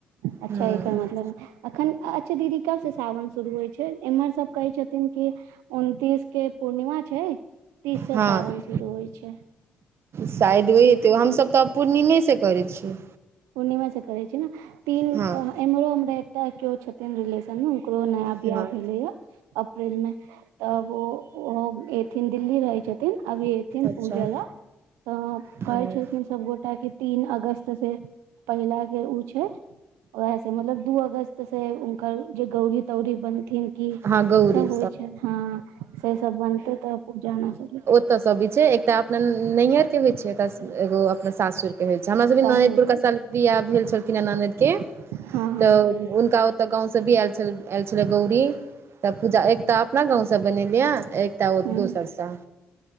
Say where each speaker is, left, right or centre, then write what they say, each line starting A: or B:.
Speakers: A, on the right; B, on the right.
A: अच्छा
B: ह
A: एकर मतलब अखन अच्छा दीदी कबसँ सावन शुरू होइ छै एम्हर सब कहै छथिन कि उनतीस के पूर्णिमा छै तीस स
B: हँ
A: सावन शुरू होइ छै
B: शायद ओ हेतै हमसभ तऽ पूर्णिमेसँ करै छीयै
A: पूर्णिमे से करै छै ने तीन
B: हँ
A: एम्हरो हमरा एकटा केओ छथिन रिलेशन ओकरो नया बियाह
B: हँ
A: भेलै या अप्रल मे तब ओ ओहो एथिन दिल्ली रहै छथिन अभी एथिन
B: अच्छा
A: पूजा लऽ तऽ
B: ह
A: कहै छलखिन सबगोटा की तीन अगस्त से पहिला के उ छै वएह से मतलब दू अगस्त से हुनकर जे गौरी तौरी बनथिन की
B: हँ गौरी
A: सब होइ छै हँ से सब बनतै त पूजा न सब
B: त सब भी छै एकटा अपन न नैहर के होय छै ए त एगो अपना सासुर के होय छै हमरा सबके
A: सासुर
B: नोनइद
A: सब
B: क साल बियाह भेल छलखिन हे ननद के
A: हँ हँ
B: तऽ हुनका तऽ गाँव से भी आय आयल छलै गौरी तऽ पूजा एक त अपना गाँंवसँ बनेलिय एकटाओ
A: ह
B: दोसरसँ